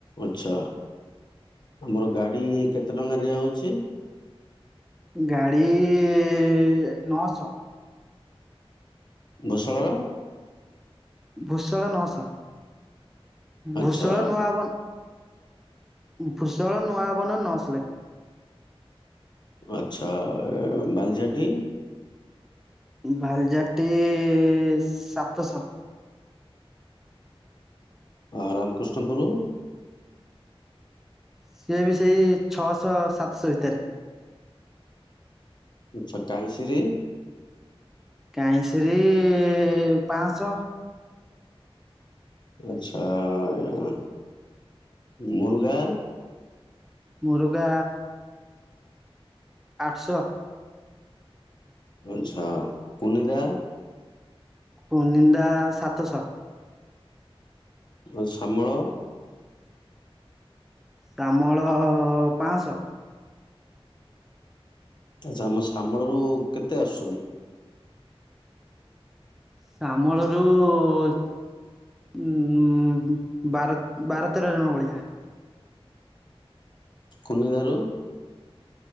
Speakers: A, on the left; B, in the centre.
A: ଆଛା ଆମର ଗାଡ଼ି କେତେ ଟଙ୍କା ନିଆଯାଉଛି।
B: ଗାଡ଼ି ଇ ନଅଶହ।
A: ଘୋଷଳର।
B: ଭୂଷଳ ନସ
A: ଆଚ୍ଛା
B: ଭୂଷଳ ନୁଆଅବନ ଭୂସଳ ନୁଆ ଆବନ ନଶ ଲେଖା।
A: ଆଛା ବଲିଝାଟି।
B: ଭାଲିଝାଟି ସାତଶହ।
A: ଆ ରାମକୃଷ୍ଣ ପୁରୁ।
B: ସିଏ ବି ସେଇ ଛଅଶହ ସାତଶହ ଭିତରେ।
A: ଛଟା ଇସିରି
B: କାଇଁଶରି ଇ ପାଶ।
A: ଆଚ୍ଛା ଆ ମୁର୍ଗା।
B: ମୁରୁଗା ଆଠଶହ।
A: ଆଛା କୁନିଦା।
B: କୁନିଦ୍ଦା ସାତସହ।
A: ଆ ଶ୍ୟାମଳ।
B: ଶ୍ୟାମଳ ପାଶହ।
A: ଆଚ୍ଛା ଆମ ଶ୍ୟାମଳ ରୁ କେତେ ଆସୁଛନ୍ତି।
B: ଶ୍ୟାମଳ ରୁ ଉ,। ଉ ବାର ବାର ତେରଜଣ ଭଳିଆ।
A: କୁନି ଦାରୁ